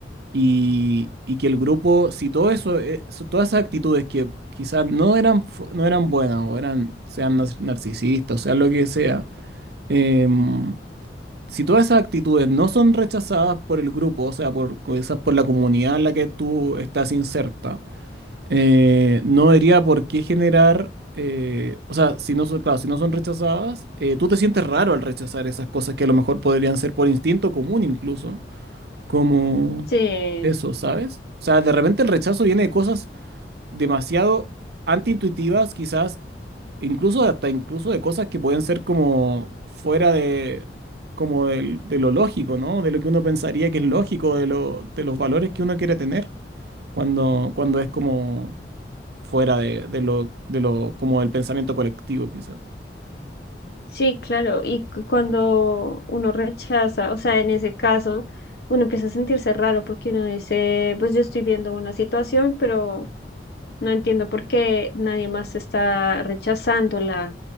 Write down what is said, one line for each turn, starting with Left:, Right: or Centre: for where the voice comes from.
Right: y, y que el grupo, si todo eso, eh, so- todas esas actitudes que quizás no eran, fu- no eran buenas o eran, sean nar- narcisistas, o sea, lo que sea, em, si todas esas actitudes no son rechazadas por el grupo, o sea, por, quizás por la comunidad en la que tú estás inserta, eh, no diría por qué generar, eh, o sea, si no son, claro, si no son rechazadas, eh, tú te sientes raro al rechazar esas cosas que a lo mejor podrían ser por instinto común incluso, como
Left: Sí,
Right: eso, ¿sabes? O sea, de repente el rechazo viene de cosas demasiado antiintuitivas, quizás, incluso hasta incluso de cosas que pueden ser como fuera de, como del- de, lo lógico, ¿no? De lo que uno pensaría que es lógico, de lo, de los valores que uno quiere tener, cuando, cuando es como fuera de, de lo, de lo, como del pensamiento colectivo, quizá.
Left: sí, claro. Y cu- cuando uno rechaza, o sea, en ese caso, uno empieza a sentirse raro porque uno dice, pues yo estoy viendo una situación, pero No entiendo por qué nadie más está rechazándola,